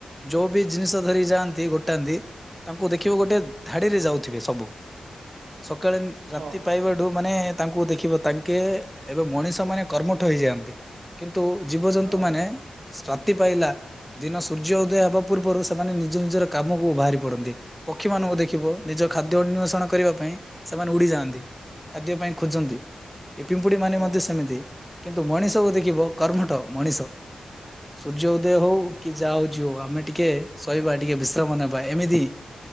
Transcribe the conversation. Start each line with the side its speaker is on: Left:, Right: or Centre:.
Centre: ଯୋଉ ବି ଜିନିଷ ଧରି ଯାଆନ୍ତି ଗୋଟେ। ତାନ୍ତି ତାଙ୍କୁ ଦେଖିବ ଗୋଟେ ଧାଡିରେ ଯାଉଥିବେ ସବୁ ସକାଳେ
Right: ହଁ
Centre: ରାତି ପାଇବାଠୁ ମାନେ ତାଙ୍କୁ ଦେଖିବ ତାଙ୍କେ ଏବେ ମଣିଷ ମାନେ କର୍ମଠ ହେଇଯାଆନ୍ତି। କିନ୍ତୁ ଜୀବଜନ୍ତୁମାନୋନ।
Right: ହଁ।
Centre: ସ୍ତି ପାଇଲା ଦିନ ସୂର୍ଯ୍ୟ ଉଦୟ ହେବା ପୂର୍ବରୁ ସେମାନେ ନିଜ ନିଜର। କାମକୁ ବାହାରି ପଡନ୍ତି ପକ୍ଷୀ ମାନଙ୍କୁ ଦେଖିବ ନିଜ ଖାଦ୍ୟ ଅନ୍ିବେଷଣ କରିବା ପାଇଁ ସେମାନେ ଉଡିଯାଆନ୍ତି ଖାଦ୍ୟ ପାଇଁ ଖୋଜନ୍ତି ଏ ପିମ୍ପୁଡି ମାନେ
Right: ହୁଁ
Centre: ମଧ୍ୟ ସେମିତି। କିନ୍ତୁ ମଣିଷକୁ ଦେଖିବ କର୍ମଟ ମଣିଷ ସୂର୍ଯ୍ୟ ଉଦୟ
Right: ହୁଁ
Centre: ହଉ। କି ଯା ହଉ ଯଉ ଆମେ ଟିକେ ଶହିବା ଟିକେ ବିେଶ ନେବା ଏମିତି